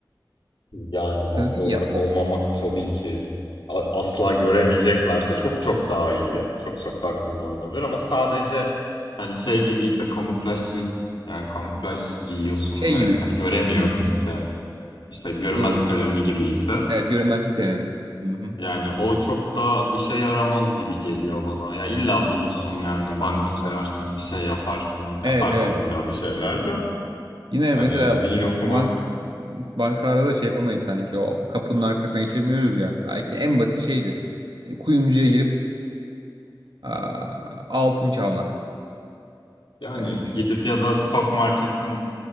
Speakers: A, on the left (about 75°); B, on the right (about 70°).
A: Yani madde
B: Mesela dedin
A: olarak
B: ya o
A: olmamak tabii ki a- asla göremeyeceklerse çok çok daha iyi. Çok çok daha kullanılabilir ama sadece hani şey gibiyse kamuflaj suit yani kamuflaj giyiyorsun
B: şey
A: ve
B: gibi.
A: hani göremiyor
B: Hmm,
A: kimse işte görünmezlik
B: bu
A: pelerini gibiyse
B: evet görünmezlik pelerini. Hı hı.
A: yani o çok daha işe yaramaz gibi geliyor bana. Ya illa bulursun yani banka soyarsın bir şey yaparsın yaparsın
B: Evet evet.
A: illa bir şeyler de
B: Yine
A: hani
B: mesela
A: zihin okumak
B: bank bankalarda da şey yapamayız sanki o kapının arkasına geçemiyoruz ya. Belki en basiti şeydir. Hani Kuyumcuya girip aa, altın çalmak.
A: yani
B: E, çünkü
A: gidip ya da stok marketin